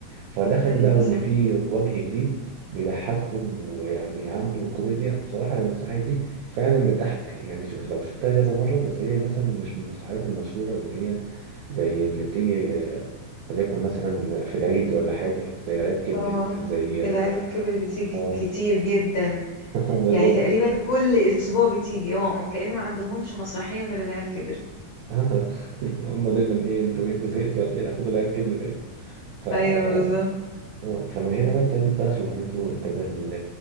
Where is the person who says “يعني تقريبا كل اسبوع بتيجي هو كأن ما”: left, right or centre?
Left